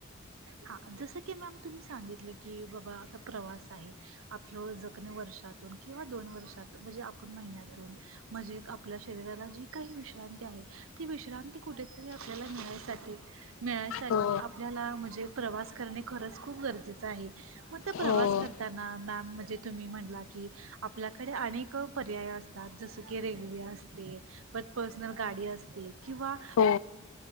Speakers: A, on the right; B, on the left.
A: हा जसं की मॅम तुम्ही सांगितलं की बाबा आता प्रवास आहे. आपलं जखनं वर्षातून किंवा दोन वर्षातून म्हणजे आपण महिन्यातून म्हणजे आपल्या शरीराला जी काही विश्रांती आहे, ती विश्रांती कुठेतरी आपल्याला मिळायसाठी मिळायसाठी
B: हो
A: आपल्याला म्हणजे प्रवास करणे खरंच खूप गरजेचं आहे. मग तो प्रवास
B: हो
A: करताना मॅम म्हणजे तुम्ही म्हणला की आपल्याकडे अनेक पर्याय असतात जसं की रेल्वे असते. परत पर्सनल गाडी असते. किंवा
B: हो